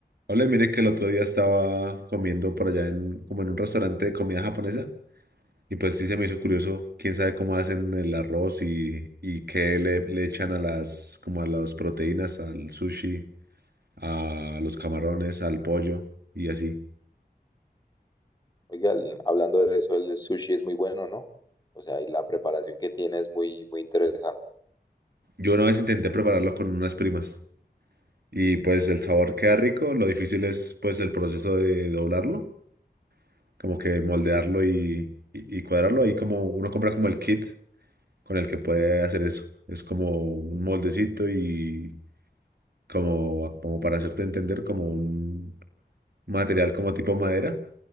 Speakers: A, on the right (about 70°); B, on the left (about 25°).
A: Hola, mire que el otro día estaba comiendo por allá en, como en un restaurante de comida japonesa y pues sí se me hizo curioso, quién sabe cómo hacen el arroz y, y qué le, le echan a las, como a las proteínas, al sushi, a los camarones, al pollo y así.
B: Oiga, el- hablando de eso, el sushi es muy bueno, ¿no? O sea, y la preparación que tiene es muy, muy interesante.
A: Yo una vez intenté prepararlo con unas primas y pues el sabor queda rico, lo difícil es pues el proceso de doblarlo, como que moldearlo y, y, y cuadrarlo. Ahí como uno compra como el kit con el que puede hacer eso. Es como un moldecito y como, como para hacerte entender, como un material como tipo madera,